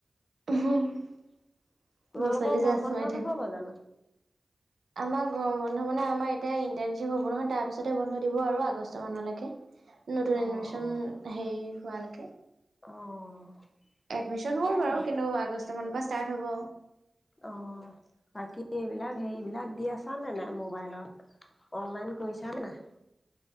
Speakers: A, on the right (about 75°); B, on the left (about 45°).
A: <unintelligible>
B: তোমালোকৰ
A: ল'ৰা ছোৱালী
B: গৰম
A: যাচ
B: বন্ধ
A: মাৰি
B: নহ'ব
A: <unintelligible>
B: জানো?
A: আমাৰ গৰম বন্ধ মানে আমাৰ এতিয়া ইণ্টাৰ্ণশ্বিপ হ'ব নহয় তাৰ লপিছতে বন্ধ দিব আৰু আগষ্টৰ মানলৈকে। নতুন এডমিচন
B: অ', অ',
A: হেৰি হোৱালৈকে।
B: অ',
A: এডমিচন হ'ল
B: তাকেহে
A: বাৰু কিন্তু আগষ্ট মানৰ পা ষ্টাৰ্ট হ'ব।
B: অ' বাকী এইবিলাক হেৰিবিলাক দি আছা নে নাই মোবাইলত। অনলাইন কৰিছা নে নাই?